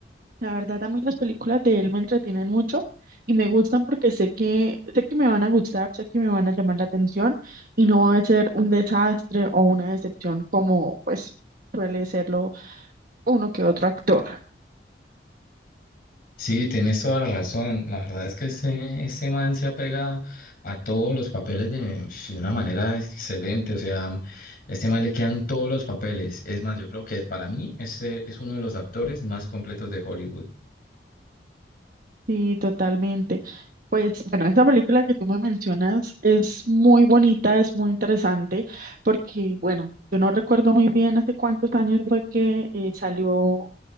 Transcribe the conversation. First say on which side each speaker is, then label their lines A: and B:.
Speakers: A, on the right (about 55°); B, on the left (about 55°).
A: La verdad, a mí las películas de él me entretienen mucho y me gustan porque sé que, sé que me van a gustar, sé que me van a llamar la atención y no va a ser un desastre o una decepción como, pues, suele serlo uno que otro actor.
B: Sí, tienes toda la razón. La verdad es que ese, ese man se apega a todos los papeles de, de una manera excelente. O sea, este man le quedan todos los papeles. Es más, yo creo que para mí ese es uno de los actores más completos de Hollywood.
A: Sí, totalmente. Pues bueno, esa película que tú me mencionas es muy bonita, es muy interesante, porque bueno, yo no recuerdo muy bien hace cuántos años fue que eh, salió